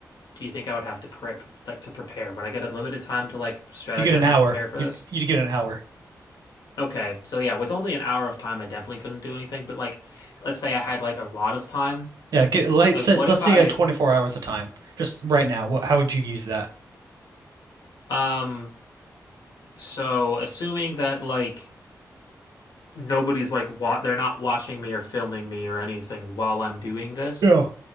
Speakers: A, on the left; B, on the right.
A: do you think I would have to prep, like to prepare? Would I get unlimited time to like strategize
B: You get an hour.
A: and prepare for
B: You
A: this?
B: you get an hour.
A: Okay. So yeah, with only an hour of time, I definitely couldn't do anything. But like, let's say I had like a lot of time.
B: Yeah, get, like,
A: Like,
B: says,
A: what
B: let's
A: if I,
B: say you had 24 hours of time. Just right now, what, how would you use that?
A: um, so assuming that like nobody's like wa they're not watching me or filming me or anything while I'm doing this,
B: Yeah.